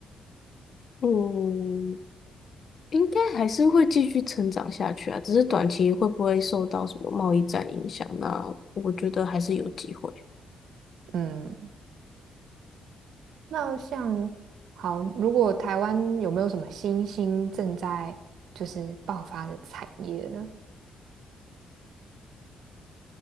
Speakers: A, on the left; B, on the right.
A: 嗯，应该还是会继续成长下去啊。只是短期会不会受到什么贸易战影响，那我觉得还是有机会。
B: 嗯，那像好，如果台湾有没有什么新兴正在就是爆发的产业呢？